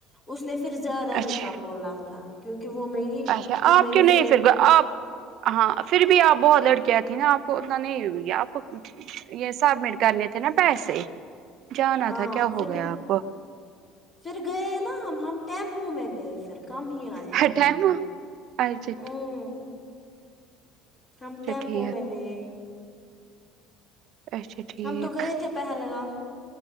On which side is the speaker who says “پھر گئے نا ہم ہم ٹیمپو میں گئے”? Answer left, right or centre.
Left